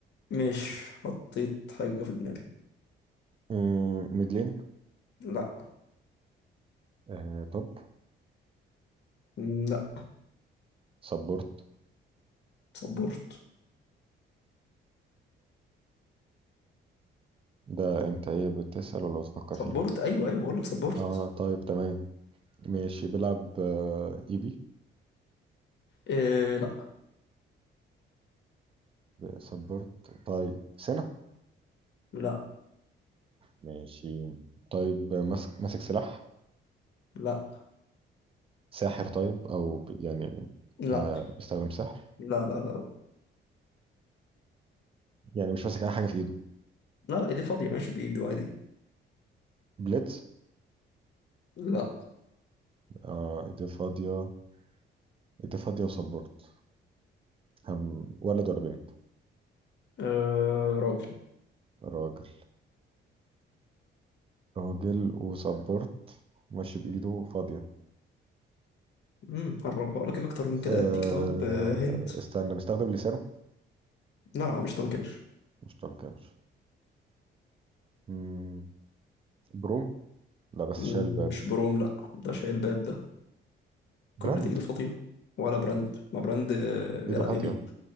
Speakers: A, on the left (about 60°); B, on the right (about 30°).
A: مش حطيت حاجه في دماغي
B: مم، ميدلين
A: لا
B: آه طب
A: م، لا
B: سبورت
A: صبرت
B: ده انت ايه بتسأل ولا بتفكر
A: صبرت
B: فيه
A: ايوه ايوه بقول لك صبرت
B: اه طيب تمام ماشي بيلعب آه اي بي
A: أه لا
B: سبورت طيب سنة
A: لا
B: ماشي طيب آه، ماسك ماسك سلاح
A: لا
B: ساحر طيب او ب... يعني
A: لا
B: آه بيستخدم سحر
A: لا لا لا لا
B: يعني مش ماسك اي حاجة في ايده
A: لا ايدي فاضيه ماشي بايده عادي
B: بليدز
A: لا
B: اه ايديه فاضية ايديه فاضية وسبورت هم ولد ولا بنت
A: أه راجل
B: راجل راجل وسبورت ماشي بإيده فاضية
A: امم قربها لك إيه اكتر من كده
B: أه
A: اديك طب آه، هنت
B: استنى بيستخدم لسانه
A: لا لا مش تمكنش
B: مش ما كانش مم، بروم لا بس
A: مم،
B: شال باب
A: مش بروم لا ده شايل باب ده
B: براند
A: كل ده ايده فاضيه ولا براند ما براند آه، بيلعب
B: إيده فاضية
A: اي بي